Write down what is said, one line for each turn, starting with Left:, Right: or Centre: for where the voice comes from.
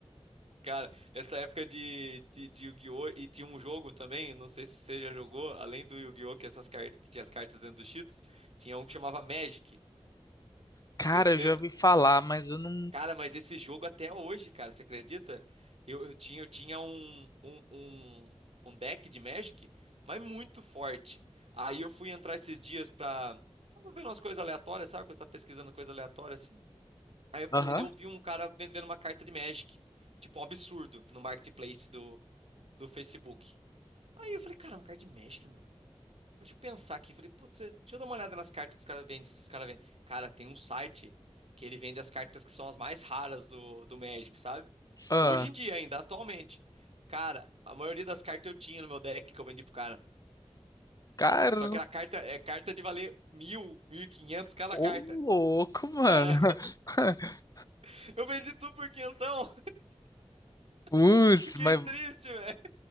Right: Cara, essa época de, de, de Yu-Gi-Oh! E tinha um jogo também, não sei se você já jogou, além do Yu-Gi-Oh! que essas cartas que tinha as cartas dentro dos Cheetos, tinha um que chamava Magic.
Left: Cara,
Right: Você
Left: eu
Right: lembra?
Left: já ouvi falar, mas eu não.
Right: Cara, mas esse jogo até hoje, cara, você acredita? Eu, eu tinha, eu tinha um, um, um, um deck de Magic, mas muito forte. Aí eu fui entrar esses dias pra, pra ver umas coisas aleatórias, sabe? Quando você tá pesquisando coisa aleatória assim. Aí eu falei,
Left: Aham.
Right: daí eu vi um cara vendendo uma carta de Magic, tipo um absurdo, no marketplace do, do Facebook. Aí eu falei, cara, uma carta de Magic, mano. Deixa eu pensar aqui. Falei, putz, é, deixa eu dar uma olhada nas cartas que os caras vendem. Se os caras vendem. Cara, tem um site que ele vende as cartas que são as mais raras do, do Magic, sabe?
Left: Ah,
Right: Hoje em dia ainda, atualmente. Cara, a maioria das cartas eu tinha no meu deck que eu vendi pro cara.
Left: cara,
Right: Só que era carta, é carta de valer mil, mil e quinhentos cada
Left: ô
Right: carta.
Left: louco, mano.
Right: É,
Left: <laughs>
Right: <laughs> eu vendi tudo por quinhentão.
Left: Putz,
Right: <laughs> Fiquei
Left: mas
Right: triste, velho.